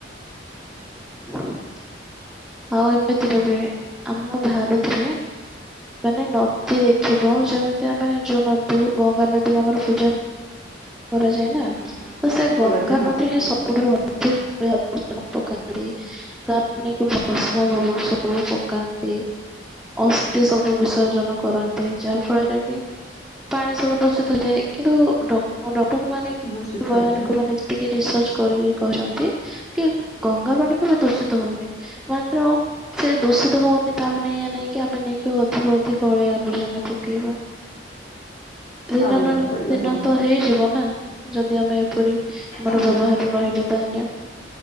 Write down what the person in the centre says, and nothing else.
<inaudible> ଆଉ ଏମିତିରେ ବି ଆମ ଭାରତରେ ମାନେ ନଦୀ ଦେଖିବ ଯେମିତି ଆମେ ଯୋଉ ନଦୀକୁ ଗଙ୍ଗା ନଦୀ ଭାବରେ ପୂଜା କରାଯାଏ ନା ତ ସେ ଗଙ୍ଗା
ନଦୀରେ ସବୁଠାରୁ ଅଧିକ <inaudible> ପକାନ୍। <inaudible> ବ ସବୁ ପକାନ୍ତି। ଅସ୍ଥି ସବୁ ବିର୍ସଜ ନ କରନ୍ତି ଯାହା ଫଳରେ କି ପାଣି ସବୁ ଦୂଷିତ ହେଇଯାଏ, କିନ୍ତୁ ଡ ଡ ମାନେ
ବଜ୍ଞାନିକ
ମାନେ ଯେତିକି ରିସର୍ଚ କରିକି କହିଛନ୍ତି କି ଗଙ୍ଗା ପାଣି କେବେ ଦୂଷିତ ହଉନି ମାତ୍ର ସେ ଦୂଷିତ ହଉନି ତାମାନେ ଏଇଆ ନେଇକି ଆମେ ନେଇକି ଅଧିକ ଅଧିକ ଅଳିଆ ଆବର୍ଜନା ପକେଇବା। ଦିନ
ନନ୍‌
ଦିନ
ତ ବ ନା ଯଦି ଆମେ ପରି ଆମର
ବ୍ୟବହାର ରହିବ ତାହେଲେ